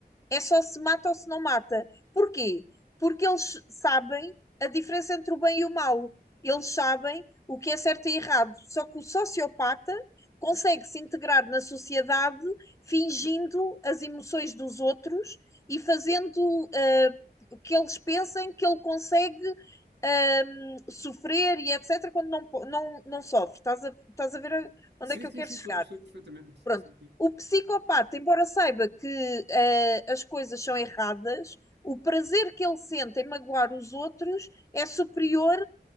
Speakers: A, on the left; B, on the right.
A: É só se mata ou se não mata. Porquê? Porque eles sabem a diferença entre o bem e o mal. Eles sabem o que é certo e errado. Só que o sociopata consegue se integrar na sociedade fingindo as emoções dos outros e fazendo ah, que eles pensem que ele consegue ah, sofrer e etc. quando não, po- não, não sofre. Estás a, estás a ver a-
B: Sim,
A: onde é que
B: sim,
A: eu quero
B: sim,
A: chegar?
B: estou a perceber perfeitamente.
A: Pronto.
B: Sim, sim.
A: O psicopata, embora saiba que eh, as coisas são erradas, o prazer que ele sente em magoar os outros é superior